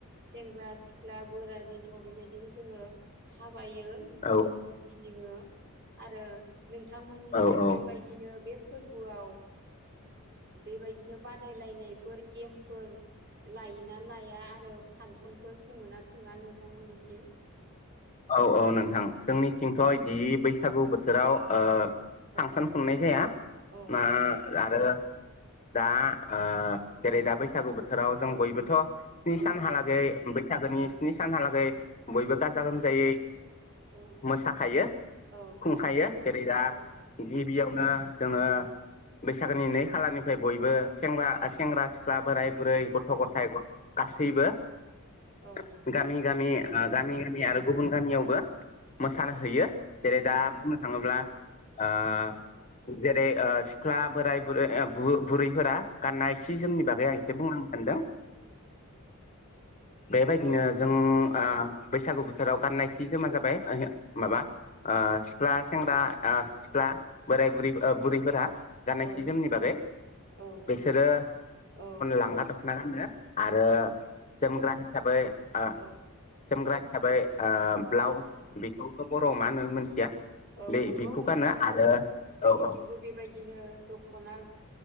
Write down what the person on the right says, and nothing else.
सेंग्रा सिख्ला बोराय बेन्थ' बेबाय दिनो जोङो थाबायो न'खर
न'खर गिदिङो आरो नोंथांमोननिथिं
बेबायदिनो बे फोरबोआव बेबायदिनो बाद दायलायनायफोर गेमफोर लायोना लाया आरो फांसनफोर खुङोना खुङा नोंथांमोननिथिं
औ
औ
औ
औ
औ
औ
औ
औ
औ
औ
औ
औ
औ
औ
औ
नंगौ
नोंथां
जों
जोंनिथिंबो
बेबायदिनो दख'ना